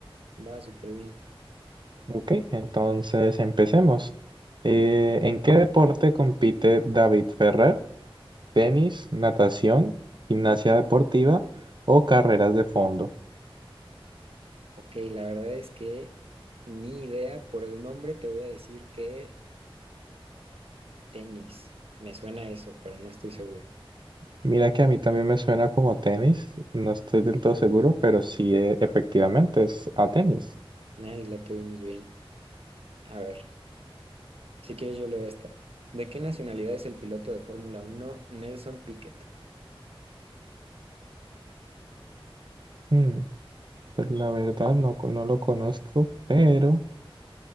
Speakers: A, on the right; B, on the right.
A: Va súper bien.
B: Ok, entonces empecemos. Eh, ¿en qué deporte compite David Ferrer? ¿Tenis, natación, gimnasia deportiva o carreras de fondo?
A: Ok, la verdad es que ni idea, por el nombre te voy a decir que tenis. Me suena a eso, pero no estoy seguro.
B: Mira que a mí también me suena como tenis, no estoy del todo seguro, pero sí, eh, efectivamente es a tenis.
A: Nice, la tuvimos bien. A ver, si quieres yo leo esta. ¿De qué nacionalidad es el piloto de Fórmula uno Nelson Piquet?
B: Mm, pues la verdad no, co- no lo conozco, pero